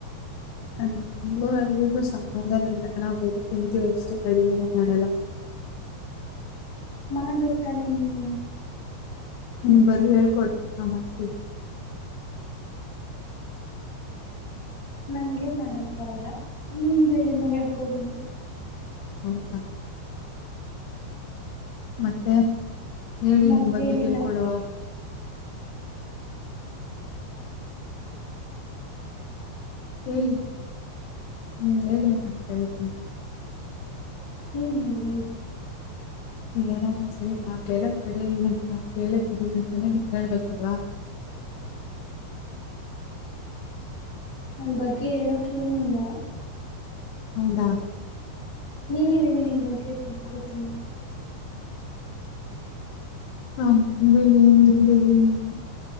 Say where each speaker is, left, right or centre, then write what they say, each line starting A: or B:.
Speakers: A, on the left; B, on the left.
A: ನಮಗೂ ಅಡುಗೆಗೂ ಸಂಬಂಧನೇ ಇಲ್ಲ ನಾವ ಬರ ತಿಂತೀವಿ ಅಷ್ಟ ಅಡಗೆನೇ ಮಾಡಲ್ಲ.
B: ಮಾಡ್ಬೇಕ ತಾನೆ ನೀವು
A: ನೀವ್ ಬರಿ ಹೇಳ್ಕೊಡ್ರಿ ನಾ ಮಾಡ್ತೀವ.
B: ನಂಗೆ ಮಾಡೋಕ್ಕ ಬರಲ್ಲ ನಿಮ್ಗ ಎಲ್ಲಿಂದ ಹೇಳ್ಕೊಡ್ಲಲಿ.
A: ಹೌದಾ. ಮತ್ತೆ ಹೇಳಿ
B: ಮತ್ತೇನಿಲ್ಲ
A: ನಿಮ್ಮ ಬಗ್ಗೆ ತಿಳ್ಕೊಳ್ಳುವ ಹೇಳಿ ಹ್ಮ <unintelligible>
B: ಏನ ಹೇಳಲಿ.
A: ಏನಾದ್ರ ಸರಿ ನಾವ್ ಕೇಳಕ್ <unintelligible> ಕೇಳಕ್ ಇದೀವ ಅಂತಾನೇ ನಿಮ್ಗ ಹೇಳ್ಬೇಕಲ್ವಾ.
B: ನನ್ನ ಬಗ್ಗೆ ಹೇಳಕ್ ಏನು ಇಲ್ಲ.
A: ಹೌದಾ.
B: ನೀವ ಹೇಳಿ ನಿಮ್ಮ ಬಗ್ಗೆ ತಿಳ್ಕೊಡ್ತೀನಿ.
A: ನಮದ ಏನ್ ಏನ್ರಿ ಇದೆ ಹೇಳಿ